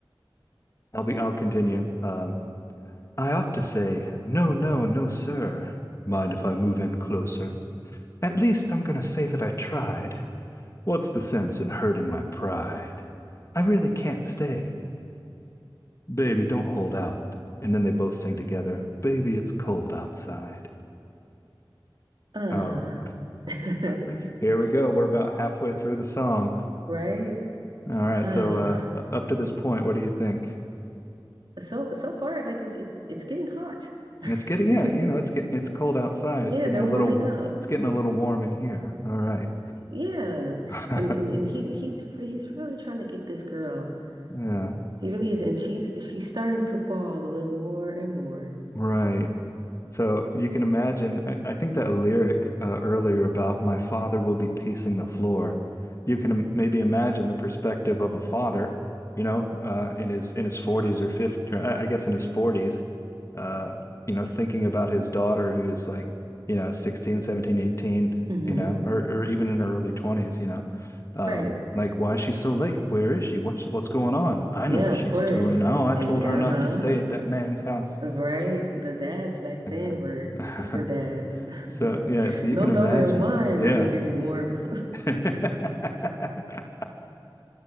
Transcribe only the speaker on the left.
I'll be I'll continue. Um I ought to say, no, no, no, sir. Mind if I move in closer? At least I'm going to say that I tried. What's the sense in hurting my pride? I really can't stay. Baby, don't hold out. And then they both sing together, Baby, it's cold outside.
Oh,
<laughs> here we go. We're about halfway through the song.
All right,
so uh, up to this point, what do you think?
It's getting, yeah,
you know, it's get, it's cold outside. It's
getting
a
little,
it's getting a little warm in here. All right.
<laughs>
Yeah,
right. So you can imagine, I, I think that lyric uh, earlier about my father will be pacing the floor. You can im- maybe imagine the perspective of a father, you know, uh, in his in his 40s or 50, or I I guess in his 40s, uh, you know, thinking about his daughter who's like, you know, 16, 17, eighteen.
you know, or, or even in her early 20s, you know. Um,
like, why is she so late? Where is she? What's what's going on? I
know what she's
doing. Oh, I
told her
not to stay at that man's house.
Yeah.
<laughs>
So
yeah, so you
can
imagine.
Yeah.
<laughs>